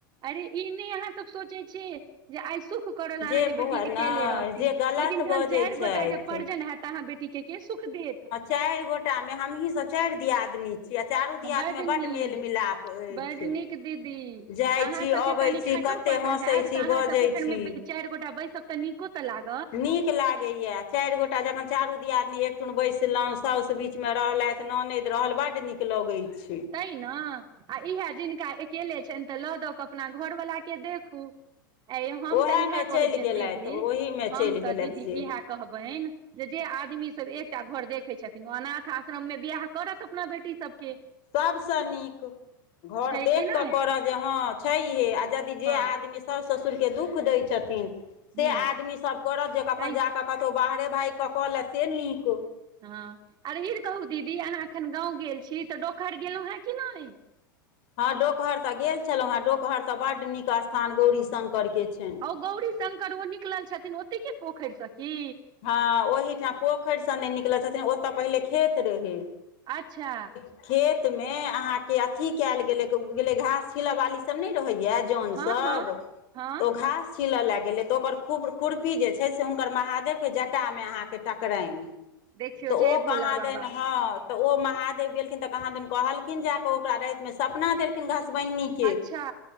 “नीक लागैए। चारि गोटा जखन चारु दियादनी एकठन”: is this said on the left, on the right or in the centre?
Left